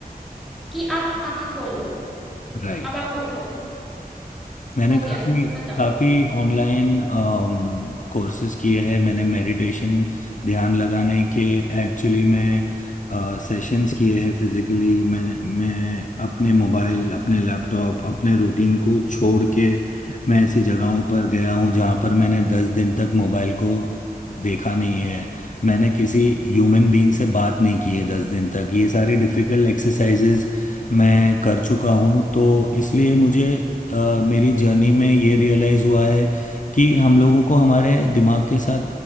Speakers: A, in the centre; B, on the left.
A: कि आप आँखें खोल लो,
B: राइट
A: अब आप उठो,
B: मैंने
A: हो
B: काफ़ी
A: गया, खत्म।
B: काफ़ी ऑनलाइन अम, कोर्सेज़ किए हैं। मैंने मेडिटेशन, ध्यान लगाने के एक्चुअली मैं अ, सेशंस किए हैं फिज़िकली। मैं मैं अपने मोबाइल, अपने लैपटॉप, अपने रूटीन को छोड़ के मैं ऐसी जगहों पर गया हूँ, जहाँ पर मैंने 10 दिन तक मोबाइल को देखा नहीं है। मैंने किसी ह्यूमन बीइंग से बात नहीं की है 10 दिन तक। ये सारे डिफ़िकल्ट एक्सरसाइज़ेज़ मैं कर चुका हूँ, तो इसलिए मुझे अ, मेरी जर्नी में ये रियलाइज़ हुआ है कि हम लोगों को हमारे दिमाग के साथ